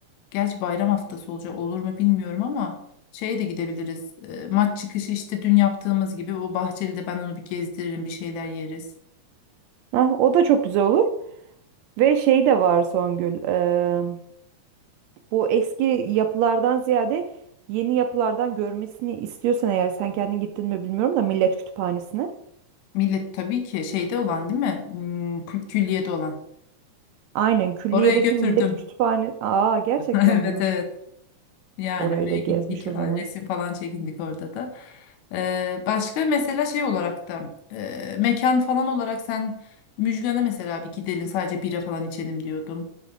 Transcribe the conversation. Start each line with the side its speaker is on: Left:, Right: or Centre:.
Left: gerçi bayram haftası olacak olur mu bilmiyorum ama şeye de gidebiliriz. Ee, maç çıkışı işte dün yaptığımız gibi o Bahçeli'de ben onu bir gezdiririm, bir şeyler yeriz.
Right: Heh, o da çok güzel olur. Ve şey de var Songül. e, bu eski yapılardan ziyade yeni yapılardan görmesini istiyorsan eğer sen kendin gittin mi bilmiyorum da Millet Kütüphanesi'ne.
Left: Millet tabii ki şeyde olan değil mi? Hmm, kü- külliyede olan.
Right: Aynen külliyedeki
Left: Oraya götürdüm.
Right: Millet Kütüphane. Aa gerçekten
Left: <laughs> Evet
Right: mi?
Left: evet. Yani
Right: Orayı
Left: oraya
Right: da gezmiş
Left: gittik, resim
Right: o zaman.
Left: falan çekindik orada da. Ee, başka mesela şey olarak da e, mekan falan olarak sen Müjgan'a mesela bir gidelim sadece bira falan içelim diyordum.